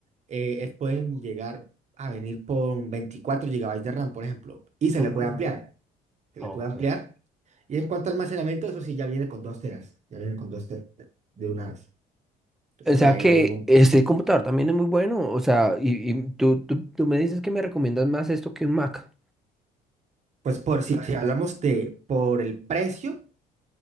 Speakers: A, on the right (about 45°); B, in the centre.
A: eh, es- pueden llegar a venir con 24 gigabytes de RAM, por ejemplo, y se
B: ok,
A: le puede ampliar. Se
B: ok.
A: le puede ampliar. Y en cuanto al almacenamiento, eso sí, ya viene con 2 teras. Ya viene con 2 teras de una vez. Entonces,
B: O sea
A: por ahí
B: que
A: no hay ningún...
B: este computador también es muy bueno. O sea, y, y tú, tú, tú me dices que me recomiendas más esto que un Mac.
A: Pues por si, si hablamos de por el precio.